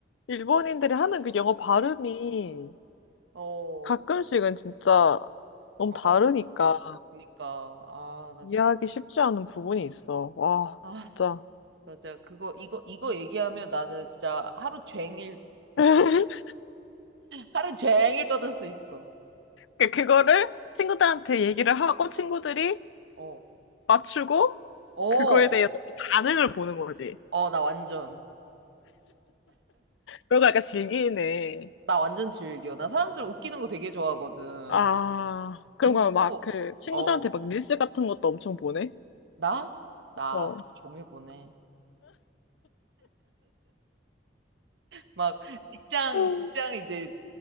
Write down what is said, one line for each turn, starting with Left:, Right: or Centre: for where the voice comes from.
Left: 일본인들이 하는 그 영어 발음이
Right: 어,
Left: 가끔씩은 진짜 너무
Right: 어,
Left: 다르니까
Right: 그니까, 아, 나
Left: 이해하기
Right: 진짜,
Left: 쉽지 않은 부분이 있어. 와,
Right: 아.
Left: 진짜.
Right: 맞아. 그거, 이거, 이거 얘기하면 나는 진짜 하루 종일,
Left: <laughs>
Right: 하루 종일 떠들 수 있어.
Left: 그- 그거를 친구들한테 얘기를 하고 친구들이
Right: 어.
Left: 맞추고
Right: 어.
Left: 그거에 대한 반응을 보는 거지.
Right: 어, 나 완전,
Left: 그러고 약간 즐기네.
Right: 나 완전 즐겨. 나 사람들 웃기는 거 되게 좋아하거든.
Left: 아, 그런
Right: 근데
Left: 거야. 막
Right: 또,
Left: 그 친구들한테
Right: 어,
Left: 막 릴스 같은 것도 엄청 보내?
Right: 나? 나
Left: 어.
Right: 하루 종일 보내. 막, 직장,
Left: 음.
Right: 직장 이제,